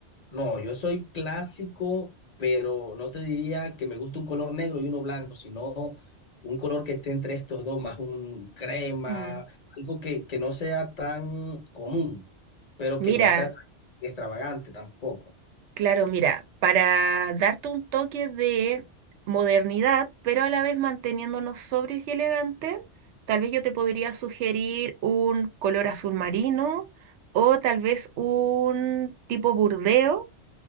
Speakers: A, on the left; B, on the right.
A: No, yo soy clásico, pero no te diría que me gusta un color negro y uno blanco, sino un color que esté entre estos dos, más un crema,
B: Mm.
A: algo que, que no sea tan común, pero
B: Mira.
A: que no sea tan extravagante tampoco.
B: Claro, mira, para darte un toque de modernidad, pero a la vez manteniéndonos sobrios y elegantes, tal vez yo te podría sugerir un color azul marino o tal vez un tipo burdeo,